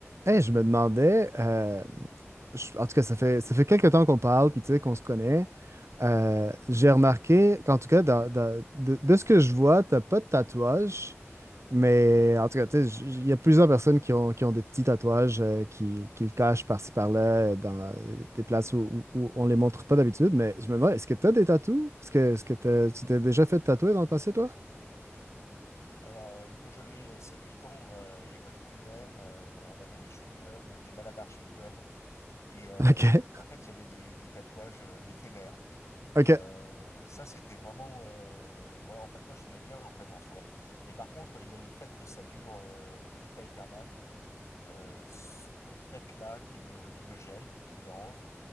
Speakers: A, on the right; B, on the left.
A: Hey, je me demandais, euh, je- en tout cas, ça fait, ça fait quelques temps qu'on parle, puis tu sais, qu'on se connaît. Euh, j'ai remarqué qu'en tout cas, dans- dans- de, de ce que je vois, t'as pas de tatouage, mais en tout cas, tu sais, j- il y a plusieurs personnes qui ont, qui ont des petits tatouages, euh, qui, qui le cachent par-ci par-là, euh, dans des places où, où, où on les montre pas d'habitude, mais je me demande, est-ce que t'as des tatous? Est-ce que, est-ce que t'as- tu t'es déjà fait tatouer dans le passé, toi?
B: Alors, euh, quand j'avais euh, 7-8 ans euh, à l'école primaire, euh, on avait des chewing-gums, des Malabar chewing-gums. Et euh,
A: <laughs>
B: en fait, il y avait des, des tatouages euh, éphémères.
A: Ok,
B: Et
A: ok.
B: euh, ça, c'était vraiment... euh, bah, en fait, moi, j'aimais bien, en fait, en soi. Mais par contre, il y a le fait que ça dure euh, vita aeternam. Euh, ce fait-là qui me, qui me gêne, qui me dérange.